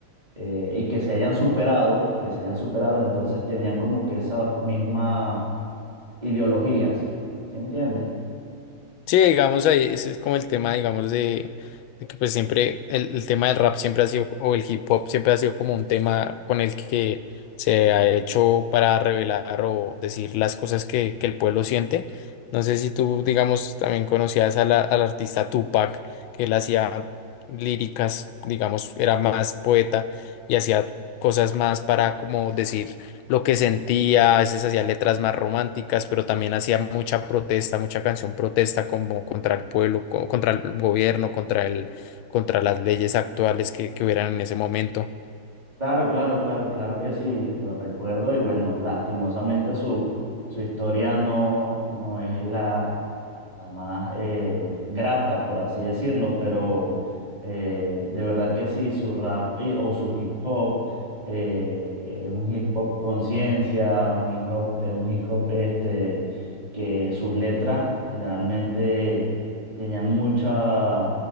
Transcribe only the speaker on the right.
eh, y que se hayan superado, que se hayan superado, entonces tenían como que esas mismas ideologías, ¿sí entiendes?
Claro, claro, claro, claro que sí, lo recuerdo y bueno, lastimosamente su, su historia no, no es la la más eh, grata, por así decirlo, pero eh, de verdad que sí, su rap y- o su hip hop eh, es un hip hop conciencia, un hip hop, eh, un hip hop este, que sus letras generalmente tenían mucha,